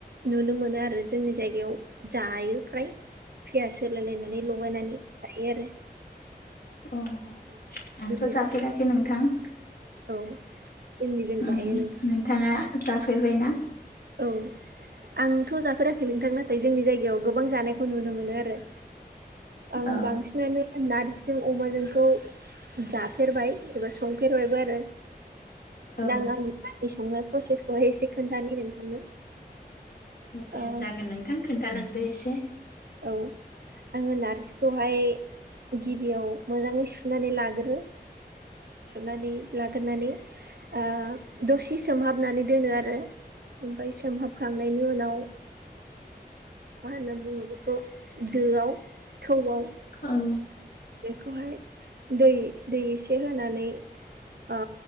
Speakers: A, on the right; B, on the left.
A: नुनो मोनो आरो जोंनि जायगायाव जायो फ्राय। पियास होलाय लायनानै लगायनानै जायो आरो।
B: औ
A: बेबायदिनो
B: आंथ' जाफेराखै नोंथां।
A: औ जोंनिजों
B: उम
A: जायो नोंथां
B: नोंथाङा जाफैबाय ना
A: औ आंथ' जाफेराखै नोंथां नाथाय जोंनि जायगायाव गोबां जानायखौ नुनो मोनो आरो आं
B: अ
A: बांसिनानो नार्जिजों अमाजोंखौ जाफेरबाय एबा संफेरबायबो आरो
B: औ
A: दा आं आंनि आंनि संनाय प्रसेसखौहाय एसे खोन्थानि नोंथांनो
B: दे
A: ओ
B: जागोन नोंथां खोन्थालांदो एसे
A: औ आङो नारजिखौहाय गिबियाव मोजाङै सुनानै लागोरो सुनानै लागोरनानै आ दसे सोमहाबनानै दोनो आरो ओमफाय सोमहाबखांनायनि उनाव मा होनना बुङो बे बेखौ दोआव थौआव
B: औ
A: बेखौहाय दै दै एसे होनानै अ